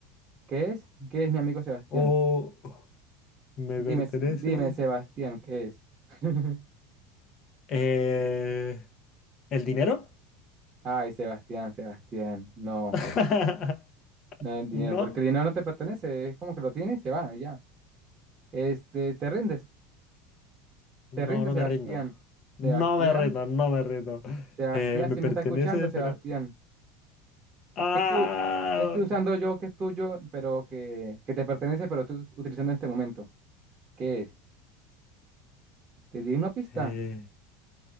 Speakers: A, on the right; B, on the left.
A: ¿Qué es? ¿Qué es mi amigo Sebastián?
B: O me
A: Dime,
B: pertenece.
A: Se- dime, Sebastián, ¿qué es? <laughs>
B: eh, ¿el dinero?
A: Ay, Sebastián, Sebastián, no.
B: <laughs>
A: No el dinero,
B: No,
A: porque el dinero no te pertenece, es como que lo tienes y se va, y ya. Este, te rindes,
B: no,
A: te rindes,
B: no
A: Sebastián.
B: me rindo. No
A: Sebastián,
B: me rindo, no me rindo.
A: Sebastián,
B: Eh, me
A: si
B: pertenece,
A: me está escuchando, Sebastián.
B: pero. ¡Ah!
A: ¿Qué estoy, qué estoy usando yo que es tuyo, pero que, que te pertenece, pero estoy utilizando en este momento? ¿Qué es? Te di una pista.
B: Eh,